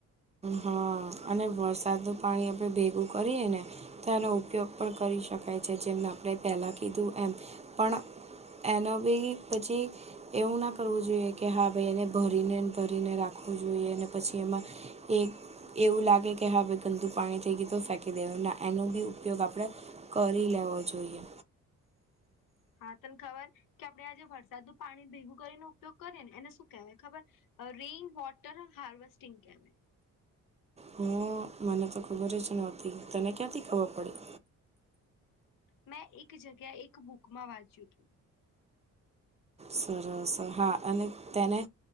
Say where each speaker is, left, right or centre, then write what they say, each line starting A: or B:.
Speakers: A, on the right (about 20°); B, on the left (about 75°).
A: હા અને વરસાદનું પાણી આપણે ભેગું કરીએ ને તો એનો ઉપયોગ પણ કરી શકાય છે, જેમને આપણે પહેલાં કીધું એમ પણ એનો બી પછી એવું ના કરવું જોઈએ કે હા ભાઈ એને ભરીને ભરીને રાખવું જોઈએ અને પછી એમાં એક એવું લાગે કે હાવે ગંદુ પાણી થઈ ગય તો ફેંકી દેવા ના એનો બી ઉપયોગ આપણે કરી લેવો જોઈએ.
B: હા તને ખબર કે આપડે આજે વરસાદનું પાણી ભેગું કરીને ઉપયોગ કરીએ ને એને શું કહેવાય ખબર? રેઇન વોટર હાર્વેસ્ટિંગ કેવાય
A: હ મને તો ખબર જ નહોતી તને ક્યાંથી ખબર પડી
B: મેં એક જગ્યા એક બુકમાં વાંચ્યું તું
A: સરસ હા અને તેને